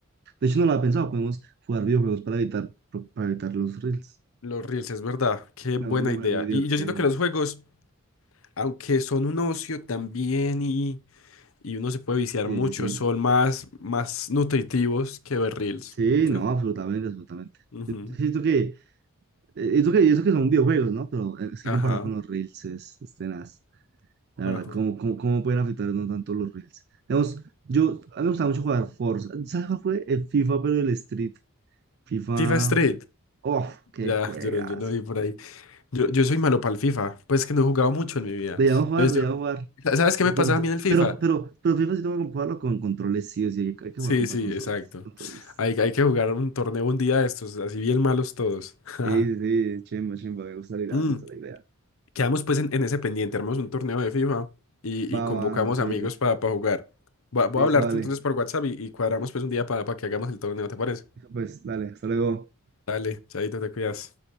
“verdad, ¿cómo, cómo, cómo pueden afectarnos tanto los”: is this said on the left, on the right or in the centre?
Right